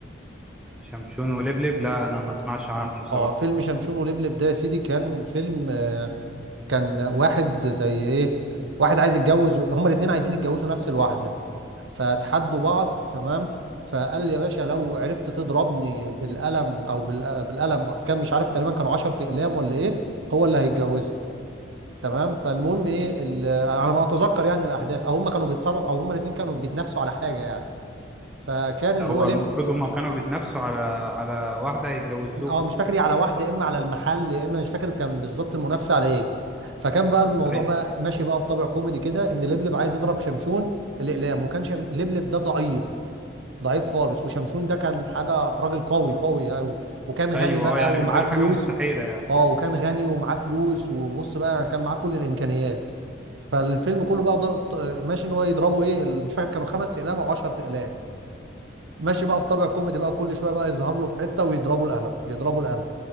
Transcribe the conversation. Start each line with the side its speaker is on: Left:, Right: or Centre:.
Centre: شمشون ولبلب لا انا ما اسمعش عنه صراحه
Right: اه فيلم شمشون ولبلب ده يا سيدي كان فيلم آه، كان واحد زي ايه واحد عايز يتجوز و- هما الاتنين عايزين يتجوزوا نفس الواحده فتحدوا بعض تمام فقال لي يا باشا لو عرفت تضربني بالقلم او بال- بالقلم كان مش عارف تقريبا كانوا 10 اقلام ولا ايه هو اللي هيتجوزني تمام فالمهم ايه ال- على ما اتذكر يعني الاحداث او هم كانوا بيتصارعوا او هم الاثنين كانوا بيتنافسوا على حاجه يعني فكان
Centre: ده
Right: اللي
Centre: هو
Right: هو ليه
Centre: المفروض هم كانوا بيتنافسوا على على واحده هيتجوزوها
Right: اه مش فاكر ايه على واحده يا اما على المحل يا اما مش فاكر كان بالظبط المنافسه على ايه فكان بقى الموضوع
Centre: ايوه
Right: بقى ماشي بقى بطابع كوميدي كده ان لبلب عايز يضرب شمشون الاقلام وكان شم... لبلب ده ضعيف ضعيف خالص وشمشون ده كان حاجه راجل قوي قوي قوي وكان غني
Centre: ايوه
Right: بقى
Centre: اه يعني
Right: ومعاه
Centre: بيديله
Right: فلوس
Centre: حاجه مستحيله يعني
Right: اه وكان غني ومعاه فلوس وبص بقى كان معاه كل الامكانيات فالفيلم كله بقى ضغط آه، ماشي ان هو يضربه ايه ال- مش فاكر كانوا خمس اقلام او 10 اقلام ماشي بقى بطابع كوميدي بقى وكل شويه بقى يظهر له في حته ويضربوا القلم يضربوا القلم